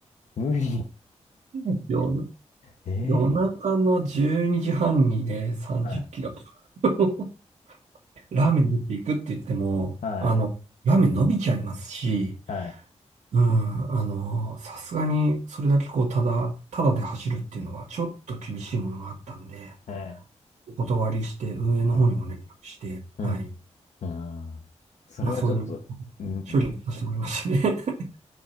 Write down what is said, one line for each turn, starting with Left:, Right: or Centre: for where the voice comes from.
Left: 無理。
Right: うん夜、
Left: <laughs>
Right: 夜中の12時半にじはんにね、
Left: ええ
Right: 30キロ。
Left: はい、
Right: <laughs> ラーメン持っていくって言っても、
Left: はい、
Right: あの、ラーメン伸びちゃいますし、
Left: はい、
Right: うん、あの、さすがにそれだけこう、ただ、ただで走るっていうのはちょっと厳しいものがあったんで、
Left: はい。
Right: お断りして運営の方にも連絡して、
Left: うん、うん。
Right: はい。
Left: ああ、それはちょっと、
Right: まあそういう
Left: うん、うん、
Right: 処理にさせてもらいましたね。